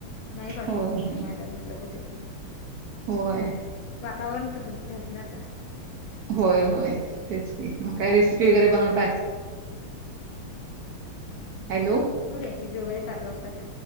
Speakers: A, on the left (about 75°); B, on the right (about 85°).
A: नाही पाठवत
B: होय
A: मी मुलीला
B: होय
A: कुठे पण
B: होय
A: वातावरण तसच झालं ना आता
B: होय-होय-तेच की
A: हम्म
B: मग काय रेसिपी वगैरे बनवताय हॅलो
A: त रेसिपी वगैरे चालू असतात.